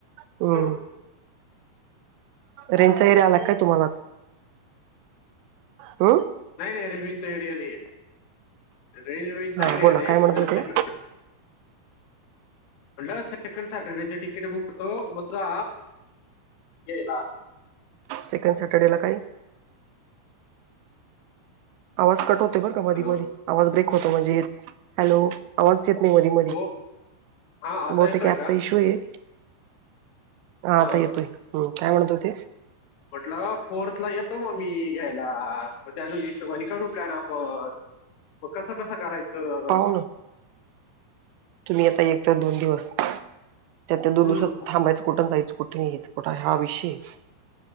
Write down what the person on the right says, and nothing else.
हम्
<unintelligible> रेंचा एरिया आला काय तुम्हाला ह <unintelligible>
हा
बोला
काय म्हणत होते
सेकंड सॅटर्डे ला काही <unintelligible> आवाज कट होते बरं का
मधी मधी आवाज ब्रेक होतो म्हणजे येत <unintelligible> हॅलो आवाज येत नाही मध्येमध्ये
बहुतेक
आपचा
इशू आहे हा
आता येतोय हम् काय म्हणत होतीस <unintelligible>
पाहू
ना तुम्ही आता एक तर दोन दिवस त्या त्या दोन
दिवसात थांबायचं कुठं जायचं कुठे <unintelligible> ठ हा विषयष <unintelligible>